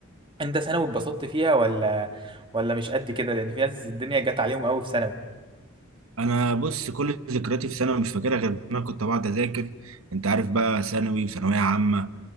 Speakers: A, on the right; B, on the right.
A: انت ثانوي اتبسطت فيها ولا ولا مش قد كده لان في ناس الدنيا جت عليهم قوي في ثانوي
B: انا بص كل ذكرياتي في ثانوي مش فاكرها غير ان انا كنت بقعد اذاكر انت عارف بقى ثانوي وثانويه عامه